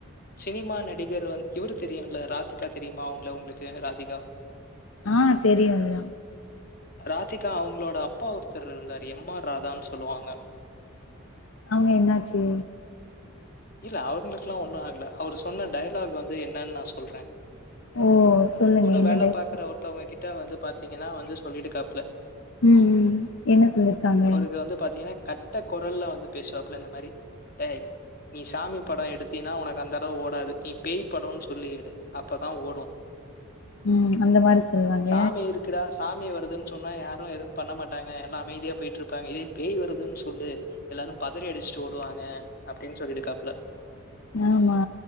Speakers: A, on the left (about 45°); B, on the left (about 75°).
A: சினிமா நடிகர் வந் இவரு தெரியுங்ள ராதிகா தெரியுமா? அவுங்ள உங்ளுக் ராதிகா
B: அ தெரியு அவ்ங்களா
A: ராதிகா அவங்களோட அப்பா ஒருத்தர் இருந்தார் எம் ஆர் ராதான் சொல்லுவாங்க.
B: அவங்க என்னாச்சு?
A: இல்ல அவுங்ளுக்ல்லா ஒண்ணு ஆகல. அவரு சொன்ன டயலாக் வந்து என்னன் நா சொல்றே.
B: ஓ சொல்லுங்க
A: கூட
B: என்ன
A: வேல
B: டைப்
A: பாக்குற ஒருத்தவங்க கிட் ட வந் பாத்தீங்கன்னா வந்து சொல்லிட்காப்புல
B: ம் ம் என்ன சொல்லிருக்காங்க?
A: அவருக்கு வந்து பாத்தீங்கன்னா கட்ட குரல்ல வந்து பேசுவாப்புல இந்த மாரி. டேய் நீ சாமி படோ எடுத்தீன்னா உனக் அந்த அளவு ஓடாது. நீ பேய் படோனு சொல்லி எடு அப்பதா ஓடு
B: ம் அந்த மாரி சொல்லுவாங்க
A: சாமி இருக்குடா சாமி வருதுன்னு சொன்னா யாரும் எதுவு பண்ண மாட்டாங்க. எல்லா அமைதியா போய்ட்டு இருப்பாங்க. இதே பேய் வருதுன்னு சொல்லு எல்லாரும் பதறி அடிச்சுட்டு ஓடுவாங்க அப்டின்னு சொல்லிட்காப்ல
B: ஆமா